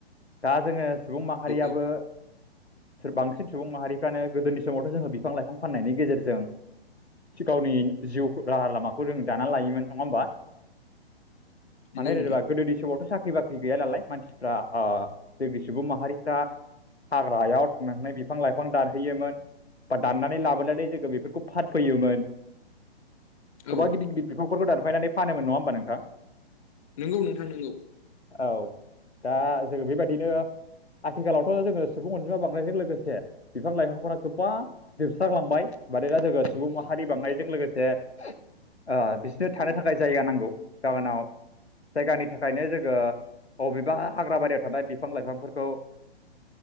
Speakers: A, on the left; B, on the left.
A: दा जोङो सुबुं माहारियाबो
B: औ
A: बांसिन सुबुं माहारिफ्रानो गोदोनि समावथ' जोङो बिफां लाइफां फाननायनि गेजेरजों गावनि जिउ राहा लामाखौ जों दाना लायोमोन नङा होमबा
B: नंगौ
A: माने जेनेबा
B: नोंथां
A: गोदोनि सबावथ' साख्रि बाख्रि गैया नालाय मानसिफ्रा जोंनि सुबुं माहारिफ्रा हाग्रायाव थांनानै बिफां लाइफां दानहैयोमोन बा दाननानै लाबोनानै जोङो बेफोरखौ फानफैयोमोन
B: औ
A: गोबां गिदिर गिदिर बिफांफोरखौ दादों दानफायनानै फानोमोन नङा होमबा नोंथां?
B: नंगौ नोंथां नंगौ
A: औ दा जोङो बेबायदिनो आथिखालावथ' जोङो सुबुं अनजिमा बांनायजों लोगोसे बिफां लाइफांफोरा गोबां जोबस्रांलांबाय मान दा जोङो सुबुं माहारि बांनायजों लोगोसे ओ बिसनो थानो थाखाय जायगा नांगौ बागोनाव जायगानि थाखायनो जोङो अबेबा हाग्रा बारियाव थानाय बिफां लाइफांफोरखौ